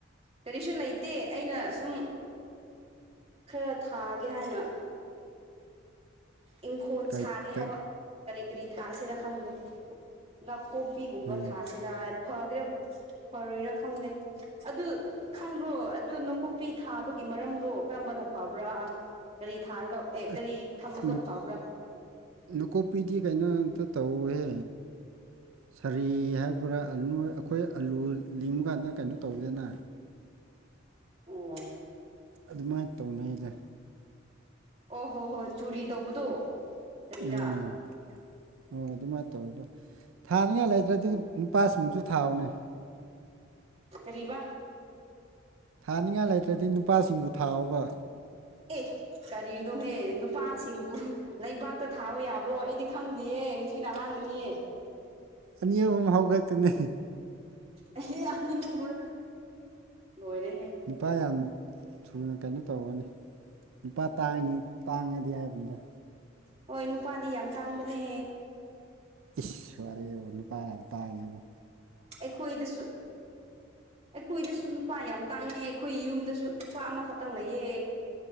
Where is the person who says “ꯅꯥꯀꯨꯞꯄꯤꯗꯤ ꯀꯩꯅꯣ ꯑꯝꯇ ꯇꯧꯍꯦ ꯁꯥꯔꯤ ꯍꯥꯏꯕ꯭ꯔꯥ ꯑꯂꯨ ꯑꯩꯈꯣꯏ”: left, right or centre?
Right